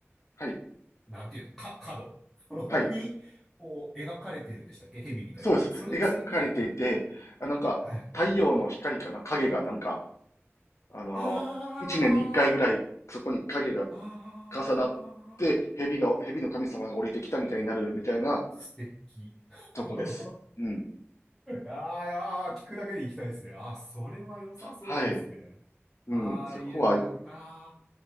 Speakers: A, on the left (about 85°); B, in the centre.
A: はい、
B: なんていうの、か、角 <laughs>
A: はい。
B: に、こう、描かれてるんでしたっけ蛇みたいなのは。
A: そうです。
B: それ、
A: 描かれていて、
B: それでした。あ、
A: あ、なんか、
B: はい。
A: 太陽の光かな影がなんか、あのー一年に一回ぐらい、
B: あー、
A: そこに影が
B: あー、
A: 重なって、蛇が、蛇の神様が降りてきたみたいになるみたいな
B: 素敵。<laughs>
A: とこです。
B: あ
A: うん。
B: ーあー、聞くだけで行きたいですね。あー、それは良さそうですね。
A: はい。うん。
B: ああ、
A: そこは、
B: いいな、あ